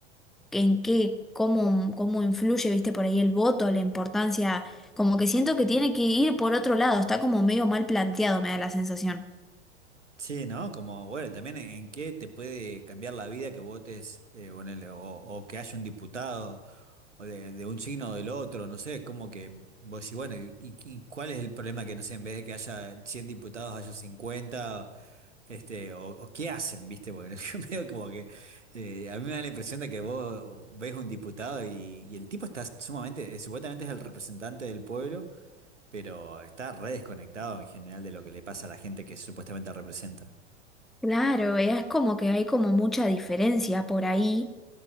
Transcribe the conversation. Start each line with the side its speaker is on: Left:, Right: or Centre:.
Centre: en qué, cómo, cómo influye, viste, por ahí el voto, la importancia, como que siento que tiene que ir por otro lado, está como medio mal planteado, me da la sensación.
Right: Sí, ¿no? Como, bueno, también en, en qué te puede cambiar la vida que votes, eh, ponele, o, o que haya un diputado, o de, de un signo o del otro, no sé, es como que vos decís, bueno, ¿y, y- y cuál es el problema que, no sé, en vez de que haya 100 diputados, haya 50, este, o, o qué hacen, viste? Bueno, <laughs> yo medio como que, eh, a mí me da la impresión de que vos ves un diputado y, y el tipo está sumamente, eh, supuestamente es el representante del pueblo pero está re desconectado en general de lo que le pasa a la gente que supuestamente representa.
Centre: Claro, es como que hay como mucha diferencia por ahí.